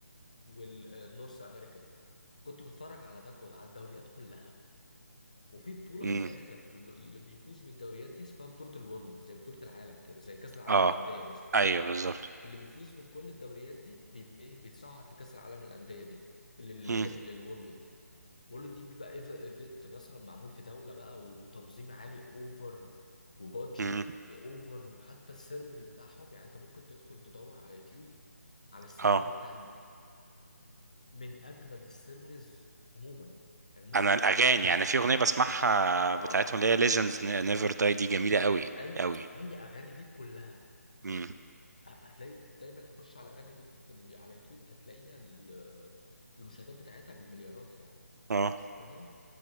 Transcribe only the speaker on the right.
مم.
اه
ايوه بالظبط
مم.
مم.
اه
انا الاغاني يعني في اغنيه بسمعها
بتاعتهم اللي هي ليجندز نيفر داي دي جميله قوي
قوي
مم.
اه